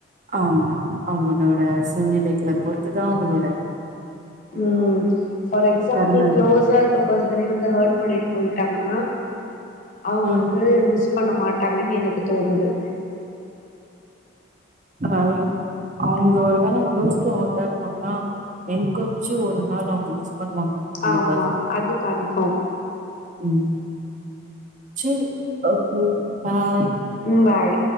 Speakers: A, on the right; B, on the left.
A: ஆம்மா அவுங்ளோட சூழ்நிலைகள பொறுத்துதா அவுங்களோட
B: ம் ஃபார் எக்ஸாம்புள்
A: தருணங்கள்
B: க்ளோசாருக்க பார்சனே வந்து ஹார்ட் பண்ணீட்டு பொய்ட்டாங்கனா அவங்க
A: ம்
B: வந்து மிஸ் பண்ண மாட்டாங்கன் எனக்கு தோணுது
A: அ அவங்க ஒரு வேல க்ளோஸ் டு ஹாட்ட இருந்தாங்கனா என்க் ஆச்சு ஒரு நாள் அவங்க மிஸ் பண்ணுவாங்க அந்த
B: ஆம்மா
A: பர்சன்
B: அது கன்ஃபார்ம்
A: ம் செரி ஓகே பாய்
B: ம் பாய்